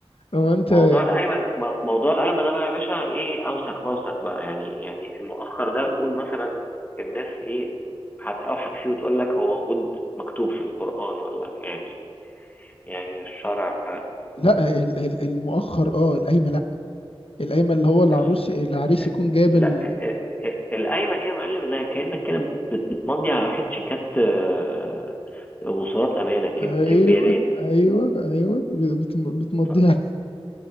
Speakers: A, on the left; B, on the left.
A: هو انت
B: موضوع
A: يعني
B: القايمه مو- موضوع القايمه ده بقى يا باشا ايه اوسخ واوسخ بقى يعني يعني المؤخر ده قول مثلا الناس ايه هتوحك فيه وتقول لك هو موجود مكتوب في القران ولا يعني يعني الشرع
A: لا ال- ال- المؤخر اه القايمه القايمة اللي هو العروس
B: ال...
A: العريس يكون جايب
B: لا
A: ال...
B: القايمه دي يا معلم زي كانك كده بت- بتمضي على واحد شيكات آه، وصولات امانه كيم-
A: ايوه
B: كمبيالات
A: ايوه ايوه بت- بتمضيها
B: ف-